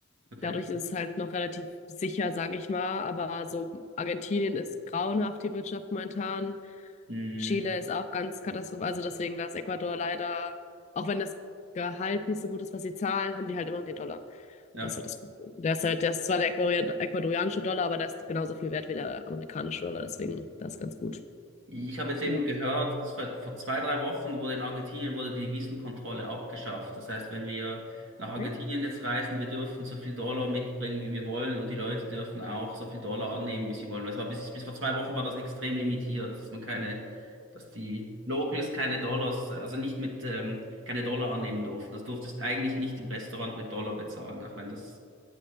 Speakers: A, on the right; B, on the left.
A: Okay.
B: Dadurch ist es halt noch relativ sicher, sage ich mal. Aber so Argentinien ist grauenhaft, die Wirtschaft momentan.
A: Hm,
B: Chile ist auch ganz katastrophal. Also deswegen, da ist Ecuador leider, auch wenn das Gehalt nicht so gut ist, was sie zahlen, haben die halt immer den Dollar.
A: ja.
B: Das ist halt das Problem. Der ist halt, der ist zwar der Ecuador- ecuadorianische Dollar, aber der ist genauso viel wert wie der amerikanische Dollar. Deswegen, das ist ganz gut.
A: Ich habe jetzt eben
B: Ja.
A: gehört, dass vor vor zwei, drei Wochen wurde in Argentinien wurde die Wiesenkontrolle abgeschafft. Das heißt, wenn wir nach Argentinien
B: Echt?
A: jetzt reisen, wir dürfen so viel Dollar mitbringen, wie wir wollen, und die Leute dürfen auch so viel Dollar annehmen, wie sie wollen. Das war bis, bis vor zwei Wochen war das extrem limitiert, dass man keine, dass die Locals keine Dollars, also nicht mit, ähm, keine Dollar annehmen durften. Das durftest eigentlich nicht im Restaurant mit Dollar bezahlen, auch wenn das